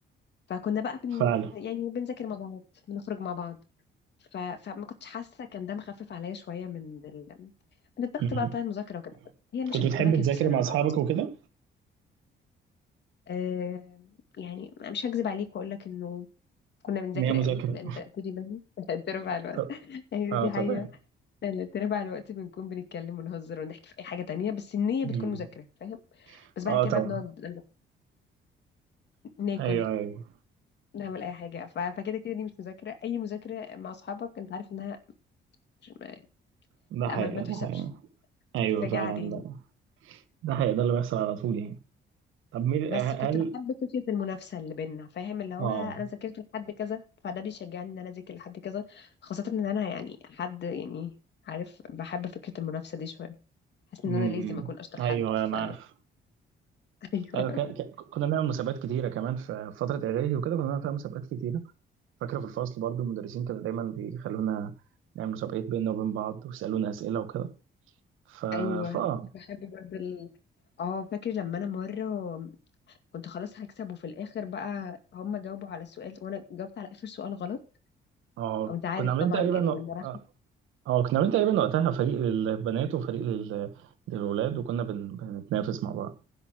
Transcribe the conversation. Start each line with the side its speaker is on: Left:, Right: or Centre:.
Left: فكنا بقى بن
Right: فعلا
Left: يعني بنذاكر مع بعض بنخرج مع بعض ف... فما كنتش حاسة كان ده مخفف عليا شوية من ال... من الضغط
Right: مم.
Left: بقى بتاع المذاكرة وكده هي المشاكل
Right: كنت بتحب
Left: كلها كانت
Right: تذاكر
Left: في ثانوي
Right: مع اصحابك
Left: أعتقد
Right: وكده
Left: أه... يعني مش هكذب عليك وأقول لك إنه كنا بنذاكر
Right: ان هي مذاكرة
Left: قوي لأن تلاتة بني تلات أرباع الوقت
Right: ط-
Left: <laughs> أيوة
Right: اه
Left: دي
Right: طبعا
Left: حقيقة تلات أرباع الوقت بنكون بنتكلم ونهزر ونحكي في أي حاجة تانية بس النية
Right: مم.
Left: بتكون مذاكرة فاهم بس بعد
Right: اه
Left: كده
Right: طبعا
Left: بقى بنقعد ناكل
Right: ايوه ايوه
Left: نعمل اي حاجه ف- فكده كده دي مش مذاكره اي مذاكره مع اصحابك انت عارف انها مش ما-
Right: ده
Left: لا
Right: حقيقة
Left: ما, ما تحسبش
Right: ده حقيقة ايوه
Left: انك تراجعها
Right: فعلا
Left: تاني
Right: ده ده حقيقة ده اللي بيحصل على طول يعني طب مين
Left: بس
Right: ه-
Left: كنت
Right: هل
Left: بحب فكره المنافسه اللي بينا فاهم اللي هو
Right: اه
Left: انا ذاكرت لحد كذا فده بيشجعني ان انا اذاكر لحد كذا خاصه ان انا يعني حد يعني عارف بحب فكره المنافسه دي شويه حاسس ان
Right: امم
Left: انا لازم اكون اشطر
Right: ايوه
Left: حد ف
Right: انا عارف
Left: <laughs> ايوه
Right: ايوه كان... كان- كنا بنعمل مسابقات كتيره كمان في في فتره اعدادي وكده كنا بنعمل فيها مسابقات كتيره فاكره في الفصل برضو المدرسين كانوا دايما بيخلونا نعمل مسابقات بيننا وبين بعض ويسالونا اسئله وكده ف
Left: ايوه
Right: فا اه
Left: كنت بحب برضه ال... اه فاكر لما انا مره كنت خلاص هكسب وفي الاخر بقى هم جاوبوا على السؤال وانا جاوبت على اخر سؤال غلط
Right: آه،
Left: او انت عارف
Right: كنا عاملين
Left: طبعا
Right: تقريبا
Left: المراحل
Right: اه آه، كنا عاملين تقريبا وقتها فريق للبنات وفريق لل... للولاد وكنا بن... بنتنافس مع بعض